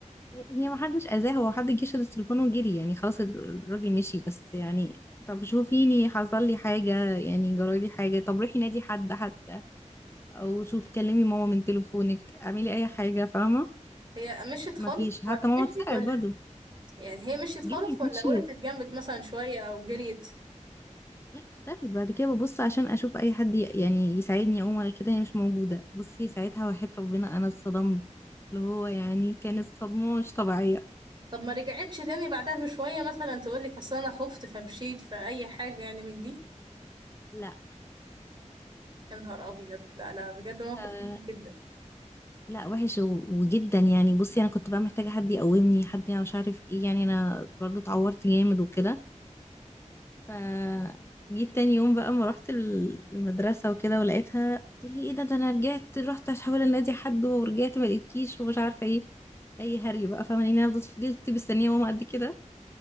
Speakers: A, on the left (about 20°); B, on the right (about 35°).
A: هي ما حدش اذاه هو حد جه شد التليفون وجري يعني خلاص ال- الراجل مشي بس يعني طب شوفيني حصل لي حاجة يعني جرى لي حاجة طب روحي نادي حد حتى او شوفي كلمي ماما من تليفونك اعملي اي حاجة فاهمة
B: هي مشيت خالص
A: ما فيش
B: و-
A: حتى ماما
B: مشيت
A: اتسرقت
B: ولا
A: برضو
B: يعني هي مشيت خالص
A: جريت
B: ولا
A: مشيت
B: وقفت جنبك مثلا شوية او جريت
A: لا اختفت بعد كده ببص عشان اشوف اي حد ي- يعني يساعدني اقوم ولا كده هي مش موجودة بصي ساعتها وحياة ربنا انا اتصدمت اللي هو يعني كانت صدمة مش طبيعية
B: طب ما رجعتش تاني بعدها بشوية مثلا تقولك اصل انا خفت فمشيت فأي حاجة يعني من دي
A: لا
B: يا نهار ابيض لا لا بجد موقف
A: آه،
B: صعب جدا
A: لا وحش و- وجدا يعني بصي انا كنت بقى محتاجه حد يقومني حد يعني مش عارف ايه يعني انا برضو اتعورت جامد وكده ف جيت تاني يوم بقى ما رحت ال- المدرسه وكده ولقيتها قلت لي ايه ده ده انا رجعت رحت احاول انادي حد ورجعت ما لقيتكيش ومش عارفه ايه اي هري بقى فاهماني انا فضلت فضلت مستنيه ماما قد كده